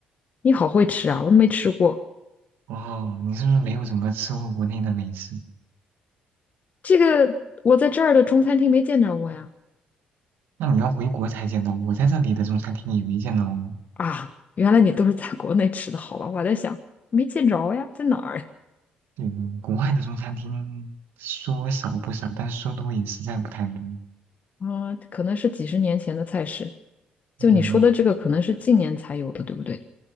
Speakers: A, on the left; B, on the right.
A: 你好会吃啊，我都没吃过。
B: 哦，你是不是没有怎么吃过国内的美食？
A: 这个我在这儿的中餐厅没见着过呀。
B: 那你要回国才见到，我在这里的中餐厅也没见到哦。
A: 啊，原来你都是在国内吃的，好吧？我还在想，没见着呀，在哪儿
B: 嗯，国外的中餐厅说少不少，但说多也实在不太多。
A: <laughs> 嗯，啊可能是几十年前的菜式。就你说的这个，
B: 嗯，
A: 可能是近年才有的，对不对？